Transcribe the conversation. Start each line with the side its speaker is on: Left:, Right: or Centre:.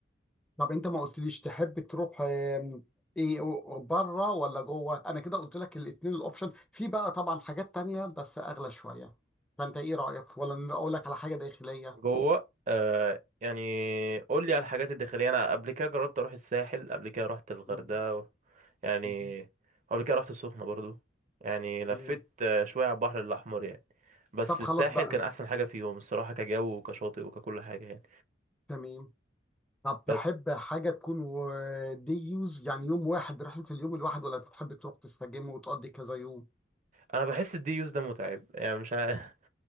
Centre: طب انت ما قلتليش تحب تروح آم، ايه بره ولا جوه انا كده قلت لك الاثنين الاوبشن في بقى طبعا حاجات تانية بس اغلى شوية فانت ايه رأيك ولا اقول لك على حاجة داخلية
Right: جوه آه يعني قول لي على الحاجات الداخليه انا قبل كده جربت اروح الساحل قبل كده رحت الغردقه
Centre: مم.
Right: و... يعني
Centre: مم.
Right: قبل كده رحت السخنه برضو يعني لفيت
Centre: مم.
Right: آه، شويه على البحر الاحمر يعني بس
Centre: طب
Right: الساحل
Centre: خلاص بقى
Right: كان احسن حاجه فيهم الصراحه كجو وكشاطئ وككل حاجه يعني
Centre: تمام طب تحب
Right: بس
Centre: حاجة تكون دي يوز يعني يوم واحد رحلة اليوم الواحد ولا تحب تروح تستجم وتقضي كذا يوم
Right: انا بحس الدي يوز ده متعب يعني مش عارف <laughs>